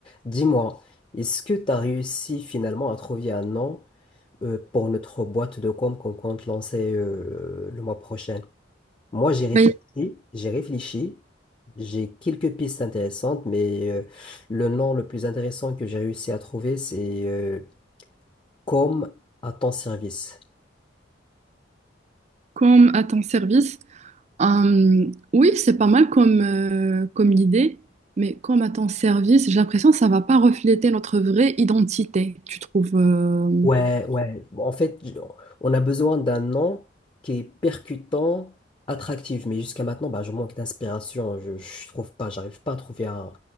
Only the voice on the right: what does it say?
Ben,
comme à ton service, hum, oui, c'est pas mal comme, euh, comme idée, mais comme à ton service, j'ai l'impression que ça va pas refléter notre vraie identité, tu trouves euh,